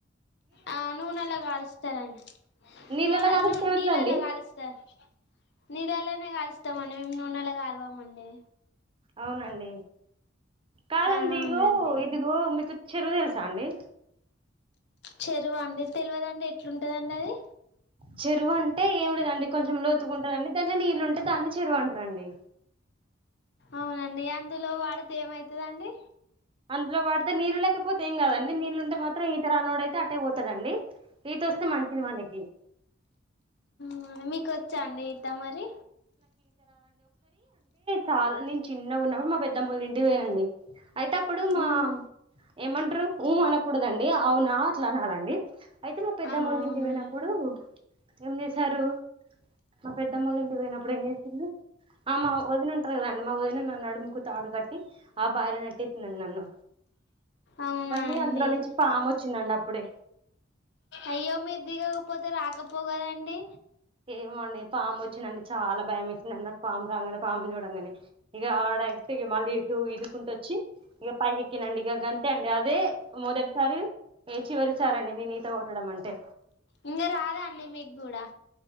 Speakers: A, on the left; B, on the right.
A: ఆ నూనెలా కాలుస్తారండి
B: నీళ్ళలో
A: నూనె
B: కాలుస్తే
A: ను
B: ఏమవుతుందండి
A: నీళ్ళలా కాలుస్తారు నీళ్లనే కాలుస్తామండి మేము నూనెలా కాలవమండి
B: అవునండి కాదండి
A: ఆ అవునండి
B: ఇగో ఇదిగో మీకు చెరువు తెలుసా అండి
A: చెరువా అండి తెలవదండి ఎట్లుంటదండి అది
B: చెరువు అంటే ఏమి లేదండి కొంచెం లోతుగుంటాదండి దాంట్లో నీళ్ళు ఉంటే దాన్ని చెరువు అంటారండి
A: అవునండి అందులో వాడితే ఏమైతదండి
B: అందులో వాడితే నీళ్లు లేకపోతే ఏం కాదా అండి నీళ్ళు ఉంటే మాత్రం ఈత రానోడై టే అటేపోతదండి ఇటోస్తే మంచిది మనకి
A: ఉమ్ మీకొచ్చాఅండి ఈత మరి
B: చాల నేను చిన్నగున్నప్పు మా పెద్దమ్మోళ్ళింటికి పోయినండి అయితే అప్పుడు మా
A: మ్
B: ఏమంటరు ఊ అనకూడదండి అవునా అట్ల అనాలండి, అయితే మా పెద్దమ్మోలింటికి
A: ఆ అవునండి
B: పోయినప్పుడు పుడు ఏం జేశారు మా పెద్దమ్మోలింటికి పోయినప్పుడు ఏం చెప్పిళ్ళు ఆ మా వదిన ఉంటది కదండి మా వదిన నన్ను నడుముకు తాడు గట్టి ఆ బాయిల నెట్టేసిందండి నన్ను
A: అవునా
B: కానీ
A: అండి
B: అందులో నుంచి పాము
A: ఒ
B: వచ్చిందండి అప్పుడే
A: అయ్యో మీరు దిగకపోతే రాకపోవ్ గదండి
B: ఏమో అండి పాము వచ్చిందండి చాలా భయమేసిందండి నాకు పాము రాగానే పామును జూడంగనే ఇగ ఆడ ఇగ మళ్ళీ ఇటు ఇదుకుంటచ్చి ఇగ పైకెక్కినండి ఇగ గంతే అండి అదే మొదటిసారి ఏ చివరిసారండి నేన్ ఈత గొట్టడం అంటే
A: ఇంగ రాదా అండి మీగ్గూడా